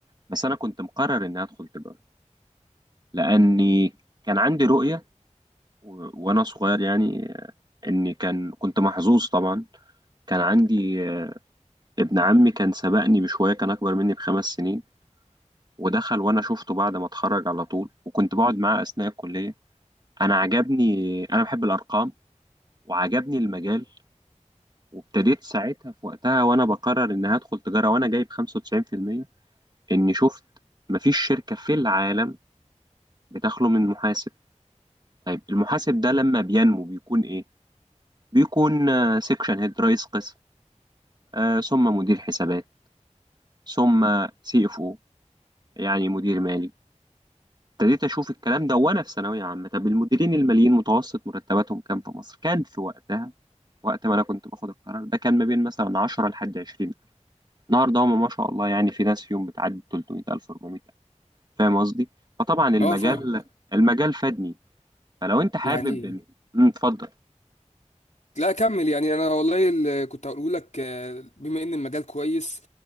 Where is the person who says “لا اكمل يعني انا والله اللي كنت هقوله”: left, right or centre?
Left